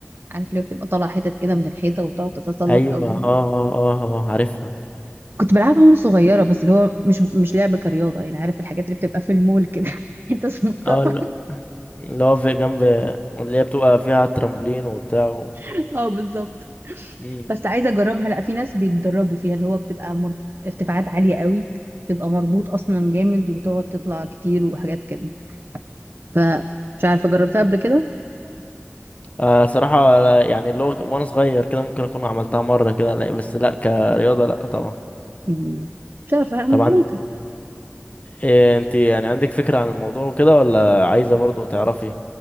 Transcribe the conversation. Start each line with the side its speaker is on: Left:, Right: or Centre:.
Right: عارف اللي هو بتبقى طالعه حتت كده من الحيطه وتقعد تتسلق
Left: ايوه
Right: قوي
Left: اه اه اه اه عارفها
Right: كنت بلعبها وانا صغيره بس اللي هو مش مش لعب كرياضه يعني عارف الحاجات اللي بتبقى في المول كده <laughs> انت سنططه
Left: اه اللي اللي هو في جنب اللي هي بتبقى فيها ترامبولين وبتاع
Right: <laughs> اه بالظبط
Left: و...
Right: بس عايزه اجربها لا في ناس بيتدربوا فيها اللي هو بتبقى مر... ارتفاعات عاليه قوي بتبقى مربوط اصلا جامد وتقعد تطلع كتير وحاجات كده فمش عارفه جربتها قبل كده
Left: آه صراحة لا- يعني اللي هو وانا صغير كده ممكن اكون عملتها مرة كده لا بس لا كرياضة لا طبعا
Right: مم. مش عارفه ممكن
Left: طبعا إيه انت يعني عندك فكرة عن الموضوع وكده ولا عايزة برضو تعرفي